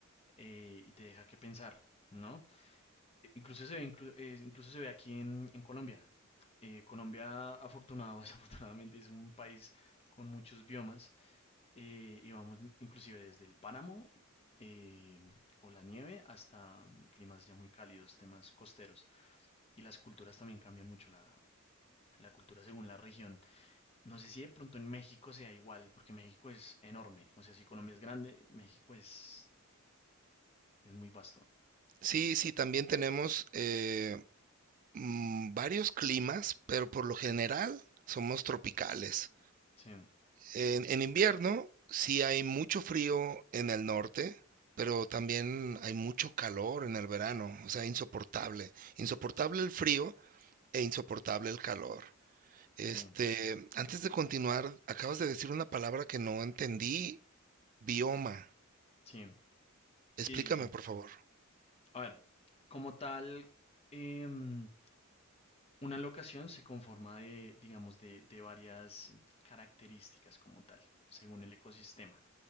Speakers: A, on the left; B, on the right.
A: eh, y te deja que pensar, ¿no? E- Incluso se ve, inclu- eh, incluso se ve aquí en, en Colombia. Eh, Colombia, afortunado <laughs> o desafortunadamente, es un país con muchos biomas eh, y vamos inclusive desde el páramo eh, o la nieve hasta mm, climas ya muy cálidos, temas costeros. Y las culturas también cambian mucho la, la cultura según la región. No sé si de pronto en México sea igual, porque México es enorme. O sea, si Colombia es grande, México es, es muy vasto.
B: Sí, sí, también tenemos eh, mm, varios climas, pero por lo general somos tropicales.
A: Sí,
B: En, en invierno sí hay mucho frío en el norte, pero también hay mucho calor en el verano, o sea, insoportable. Insoportable el frío e insoportable el calor. Este,
A: sí,
B: antes de continuar, acabas de decir una palabra que no entendí, bioma.
A: sí, sí,
B: Explícame,
A: sí, sí.
B: por favor.
A: A ver, como tal, em, una locación se conforma de, digamos, de, de varias características como tal, según el ecosistema.